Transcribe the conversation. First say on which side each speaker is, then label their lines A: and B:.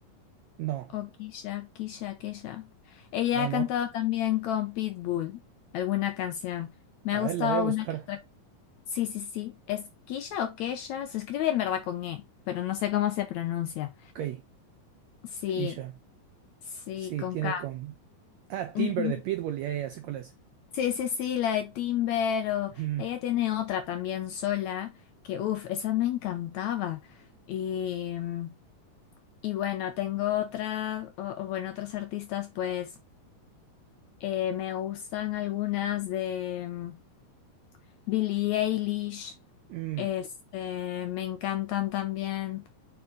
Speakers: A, on the right; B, on the left.
A: No.
B: o Kisha, Kisha, Kesha. Ella
A: No,
B: ha
A: no.
B: cantado también con Pitbull alguna canción. Me
A: A
B: ha
A: ver,
B: gustado
A: la voy a buscar.
B: una que otra. Sí, sí, sí. ¿Es Kisha o Kesha? Se escribe en verdad con E, pero no sé cómo se pronuncia.
A: Ok,
B: Sí,
A: Keisha.
B: sí,
A: Sí,
B: con
A: tiene
B: K.
A: con. Ah, Timber
B: Ujú.
A: de Pitbull, ya, ya, ya sé cuál es.
B: Sí, sí, sí, la de Timber o...
A: <laughs> Ujú.
B: Ella tiene otra también sola que, uff, esa me encantaba. Y... mm, Y bueno, tengo otras, o, o bueno, otras artistas, pues eh, me gustan algunas de mm, Billie Eilish,
A: Mm.
B: este, me encantan también